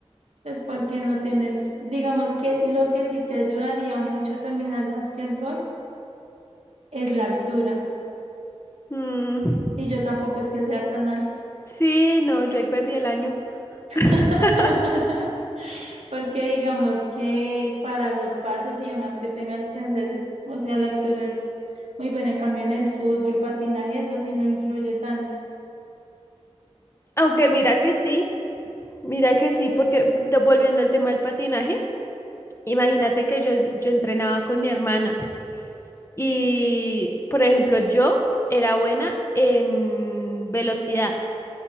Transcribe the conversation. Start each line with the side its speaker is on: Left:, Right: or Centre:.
Right: Pues porque no tienes, digamos que lo que sí te ayudaría mucho también al básquetbol es la altura.
Left: Mm,
Right: Y yo tampoco es que sea tan alta.
Left: sí, no, yo ahí perdí el año.
Right: <laughs>
Left: <laughs>
Right: Porque digamos que para los pases y demás que tengas que hacer, o sea, la altura es muy buena. En cambio, en el fútbol, patinaje, eso sí no influye tanto.
Left: Aunque mira que sí, mira que sí, porque de- volviendo al tema del patinaje, imagínate que yo, yo entrenaba con mi hermana y, por ejemplo, yo era buena en velocidad,